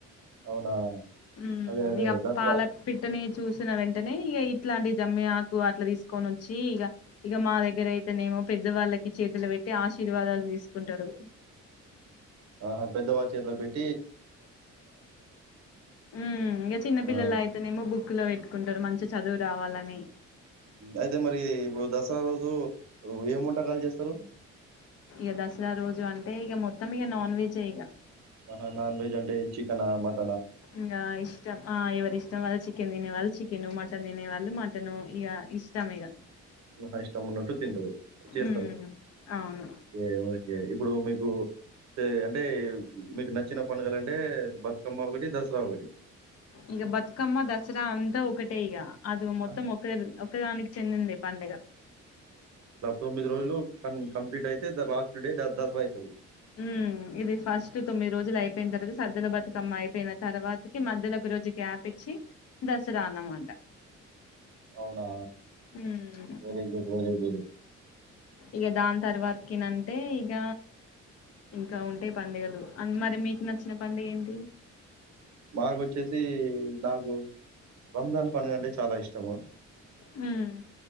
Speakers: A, on the right (about 65°); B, on the left (about 55°).
A: అవునా?
B: హమ్
A: అదే. అదే.
B: ఇగ
A: దసరా
B: పాలపిట్టని చూసిన వెంటనే ఇగ ఇట్లాంవి జమ్మి ఆక ఊ అట్లా తీసుకొని వచ్చి ఇక ఇక మా దగ్గర అయితేనేమో పెద్ద వాళ్ళకి చేతులు పెట్టీ టె ఆశీర్వాదాలను తీసుకుంటారు
A: ఆహా పెద్ద వాళ్ చేతిలో పెట్
B: హమ్ ఇంక చిన్న పిల్లలు
A: ఆ!
B: అయితేనేమో బుక్కులో పెట్టుకుంటరు మంచి చదువు రావాలని
A: హ్మ్. అయితే మరి ఇప్పుడు దసరా రోజు ఏం వంటకాల్ జెస్తరు
B: ఇగ దసరా రోజు అంటే ఇగ మొత్తం ఇగ నాన్ వెజే ఇగ
A: ఆహ నాన్ వెజ్ అంటే చికెనా మట్టన్
B: ఇంగ ఇష్టం ఆ ఎవరిష్టం వల్లది చికెన్ తినే వాల్ చికెను మటన్ న్ తినే వాళ్ళు మటను ఇగ ఇష్టం ఇగ
A: ఇ హ్ నా ఇష్టం ఉన్నట్టు తింటారు చేస్తారు
B: ఉమ్ అవును
A: ఎఓయ్ ఎ ఇప్పుడు మీకు టే అంటే మీకు నచ్చిన ప్ పండుగలంటే బతకమ్మా ఉట్ దసరా ఒగటి
B: ఇగ బతుకమ్మ దసరా అంతా ఒకటే ఇగ అదు మొత్తం
A: ఆహా!
B: ఒకె ఒకదానికి చెందిందె పండుగ
A: తొమ్మిది రోజులు కమ్ కంప్లీట్ అయితే ద లాస్ట్ డే దసరా అయితది
B: ఉమ్ ఇది ఫస్ట్ తొమ్మిది రోజులు అయిపోయిన తర్వాత సద్దుల బతుకమ్మ అయిపోయిన తర్వాతకి మధ్యలో ఒక రోజు గ్యాప్ ఇచ్చి దసరా అన్నమాట
A: అవునా
B: ఉమ్
A: వెరీ గుడ్ వెరీ గుడ్
B: ఇగ దాని తర్వాతకి నంటే ఇగ ఇంకా ఉంటాయి పండుగలు అన్ మరి మీకు నచ్చిన పండగెంటి
A: మాకొచ్చేసి మాకు రంజాన్ పండగ అంటే చాలా ఇష్టము
B: ఉమ్